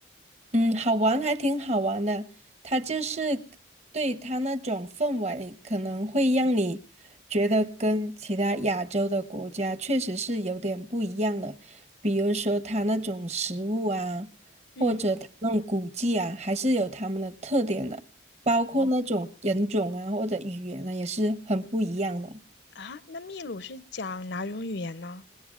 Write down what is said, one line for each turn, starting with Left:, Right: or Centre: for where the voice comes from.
Right: 嗯，好玩还挺好玩的，它就是对它那种氛围，可能会让你觉得跟其他亚洲的国家确实是有点不一样的，比如说它那种食物啊，
Left: 嗯，
Right: 或者它那种古迹啊，还是有他们的特点的，包括那种人种啊或者语言呢，
Left: 哦
Right: 也是很不一样的。
Left: 啊，那秘鲁是讲哪种语言呢？